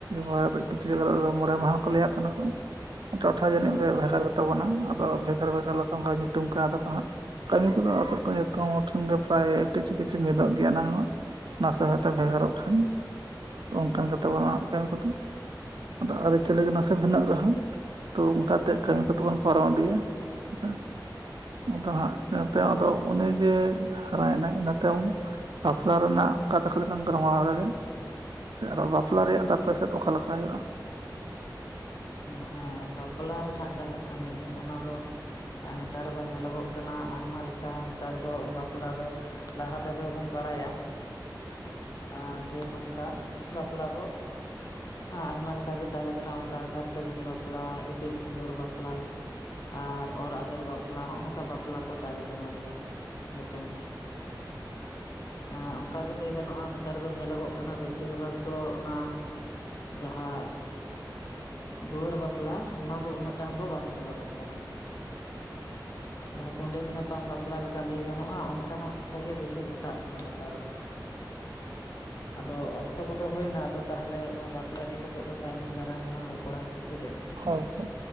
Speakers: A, on the right; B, on the left.
A: ᱦᱚᱲ ᱫᱚ ᱠᱤᱪᱷᱩ ᱡᱟᱭᱜᱟ ᱨᱮ ᱢᱚᱬᱮ ᱢᱟᱦᱟ ᱠᱚ ᱞᱟᱹᱭᱟᱜ ᱠᱟᱱᱟ ᱠᱚ ᱴᱚᱴᱷᱟ ᱡᱟᱹᱱᱤᱡ ᱵᱮᱵᱷ ᱛᱟᱵᱚᱱᱟ ᱟᱫᱚ ᱵᱷᱮᱜᱟᱨ ᱵᱷᱮᱜᱟᱨ ᱞᱮᱠᱟ ᱚᱱᱠᱟ ᱧᱩᱛᱩᱢ ᱠᱟᱣ ᱫᱟᱠᱚ ᱦᱟᱸᱜ। ᱠᱟᱹᱢᱤ ᱠᱚᱫᱚ ᱟᱥᱚᱜ ᱠᱟᱱᱟ ᱡᱚᱛᱚ ᱦᱚᱲ ᱴᱷᱮᱱ ᱜᱮ ᱯᱨᱟᱭ ᱠᱤᱪᱷᱩ ᱠᱤᱪᱷᱩ ᱢᱤᱫᱚᱜ ᱜᱮᱭᱟ ᱱᱟᱦᱟᱜ ᱱᱟᱥᱮ ᱦᱚᱭᱛᱚ ᱵᱷᱮᱜᱟᱨᱚᱜ ᱠᱷᱟᱱ ᱚᱱᱠᱟᱱ
B: ᱟᱪᱪᱷᱟ
A: ᱜᱮᱛᱟ ᱵᱚᱱᱟ ᱠᱟ. ᱢᱤ ᱠᱚᱫᱚ ᱟᱫᱚ ᱟᱹᱨᱤᱪᱟᱹᱞᱤ ᱠᱚ ᱱᱟᱥᱮ ᱵᱷᱤᱱᱟᱹ ᱨᱮᱦᱚᱸ, ᱛᱚ ᱚᱱᱠᱟᱛᱮ ᱠᱟᱹᱢᱤ ᱠᱚᱛᱮ ᱵᱚᱱ ᱯᱟᱨᱚᱢ ᱤᱫᱤᱭᱟ ᱦᱮᱸ ᱥᱮ᱾ ᱟᱫᱚ ᱦᱟᱸᱜ ᱤᱱᱟᱹ ᱛᱟᱭᱚᱢ ᱟᱫᱚ ᱩᱱᱤ ᱡᱮ ᱦᱟᱨᱟᱭ ᱱᱟᱭ ᱤᱱᱟᱹ ᱛᱟᱭᱚᱢ ᱵᱟᱯᱞᱟ ᱨᱮᱱᱟᱜ ᱠᱟᱛᱷᱟ ᱠᱟᱴᱤᱡ ᱞᱟᱝ ᱜᱟᱞᱢᱟᱨᱟᱣ ᱨᱮᱜᱮ ᱥᱮ ᱟᱨᱚ ᱵᱟᱯᱞᱟ ᱨᱮᱭᱟᱜ ᱫᱚ ᱟᱯᱮ ᱥᱮᱫ ᱚᱠᱟ ᱞᱮᱠᱟ ᱦᱩᱭᱩᱜᱼᱟ
B: ᱦᱚᱸ ᱵᱟᱯᱞᱟ ᱨᱮᱱᱟᱜ ᱡᱟᱦᱟᱸ ᱠᱟᱹᱢᱤ ᱚᱱᱟ ᱫᱚ ᱟᱨ ᱱᱮᱛᱟᱨ ᱫᱚ ᱧᱮᱞᱚᱜᱚᱜ ᱠᱟᱱᱟ ᱟᱭᱢᱟ ᱞᱮᱠᱟ ᱱᱮᱛᱟᱨ ᱫᱚ ᱵᱟᱯᱞᱟ ᱫᱚ ᱞᱟᱦᱟ ᱛᱮᱫᱚ ᱵᱚᱱ ᱵᱟᱲᱟᱭᱟ। ᱮ ᱡᱮ ᱱᱚᱝᱠᱟ ᱵᱟᱯᱞᱟ ᱫᱚ ᱟᱭᱢᱟ ᱞᱮᱠᱟᱜᱮ ᱛᱟᱦᱮᱸ ᱠᱟᱱᱟ ᱚᱱᱠᱟ ᱥᱟᱨ ᱥᱟᱹᱜᱩᱱ ᱵᱟᱯᱞᱟ, ᱤᱛᱩᱫ ᱥᱤᱸᱫᱩᱨ ᱵᱟᱯᱞᱟ ᱟᱨ ᱚᱨ ᱟᱫᱮᱨ ᱵᱟᱯᱞᱟ ᱦᱚᱜ-ᱚ ᱱᱚᱝᱠᱟ ᱵᱟᱯᱞᱟ ᱠᱚ ᱛᱟᱦᱮᱸ ᱠᱟᱱᱟ ᱟᱨᱠᱤ ᱧᱩᱛᱩᱢ᱾ ᱟᱸ ᱚᱱᱠᱟ ᱜᱮ ᱞᱟᱹᱭ ᱜᱟᱱᱚᱜᱼᱟ ᱱᱮᱛᱟᱨ ᱫᱚ ᱧᱮᱞᱚᱜᱚᱜ ᱠᱟᱱᱟᱜ ᱵᱮᱥᱤᱨ ᱵᱷᱟᱜᱽ ᱫᱚ ᱚᱱᱟ ᱡᱟᱦᱟᱸ ᱫᱩᱣᱟᱹᱨ ᱵᱟᱯᱞᱟ ᱚᱱᱟ ᱫᱚ ᱩᱱᱟᱹᱜ ᱴᱟᱱ ᱫᱚ ᱵᱟᱝ ᱧᱮᱞᱚᱜᱚᱜ ᱠᱟᱱᱟ᱾ ᱡᱟᱦᱟ ᱠᱚᱸᱰᱮᱞ ᱧᱟᱯᱟᱢ ᱵᱟᱯᱞᱟ ᱞᱮᱠᱟ ᱞᱟᱹᱭ ᱜᱟᱱᱚᱜᱼᱟ᱾ ᱚᱱᱠᱟᱱᱟᱜ ᱠᱚᱜᱮ ᱵᱮᱥᱤ ᱜᱷᱚᱴᱟᱜ ᱠᱟᱱᱟ ᱱᱮᱛᱟᱨ ᱫᱚ᱾ <unintelligible> ᱟᱫᱚ ᱚᱠᱛᱚ ᱠᱚᱫᱚ ᱦᱩᱭᱱᱟ᱾ ᱟᱫᱚ ᱛᱟᱦᱚᱞᱮ ᱱᱚᱣᱟ ᱵᱟᱯᱞᱟ ᱤᱫᱤ ᱠᱟᱛᱮᱜ ᱫᱚ ᱛᱟᱭᱱᱚᱢ ᱫᱟᱨᱟᱢ ᱨᱮᱞᱟᱝ ᱨᱚᱯᱚᱲᱟ, ᱥᱮ ᱪᱮᱫ?
A: ᱦᱳᱭ ᱦᱳᱭ